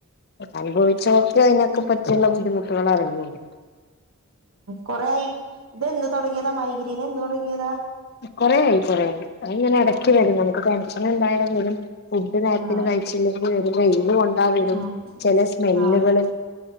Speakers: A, on the left (about 50°); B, on the right (about 80°).
A: അനുഭവിച്ചോർക്കെ അതിനൊക്കെ പറ്റിയുള്ള ബുദ്ധിമുട്ടുകള് അറിയുള്ളു
B: കൊറെ ആയി ഇതെന്ന് തൊടങ്ങിയതാ മൈഗ്രീൻ എന്ന് തൊടങ്ങിയതാ
A: കൊറെയായി കൊറേയായി അതിയിങ്ങനെ ഇടക്ക്
B: ആഹ്
A: വരും നമുക്ക് ടെൻഷൻ ഇണ്ടായ വരും ഫുഡ് നേരത്തിന്
B: ആഹ്
A: കഴിച്ചില്ലെങ്കിൽ വരും വെയിലുകൊണ്ടാ വരും
B: ആഹ്
A: ചെല സ്മെല്ലുകള്
B: ആഹ്